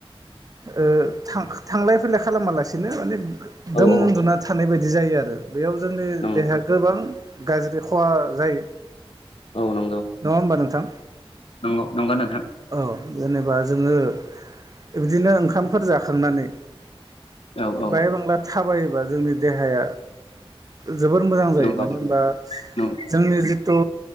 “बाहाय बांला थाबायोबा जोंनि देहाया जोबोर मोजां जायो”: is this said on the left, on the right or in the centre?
Right